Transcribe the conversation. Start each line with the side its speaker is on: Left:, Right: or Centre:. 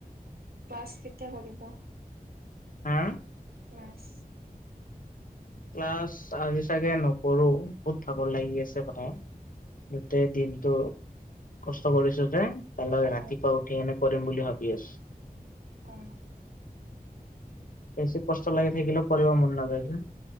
Right: ক্লাছ কেতিয়া কৰিব।
Left: হা?
Right: ক্লাছ
Left: ক্লাছ আজি চাগে নকৰো বহুত ভাগৰ লাগি আছে মানে। গোটেই দিনটো। কষ্ট কৰিছো যে তালৈ
Right: অ
Left: ৰাতিপুৱা উঠি এনে কৰিম বুলি ভাবি আছো। <inaudible>
Right: অ
Left: বেছি কষ্ট লাগি থাকিলেও কৰিব মন নযায় যে।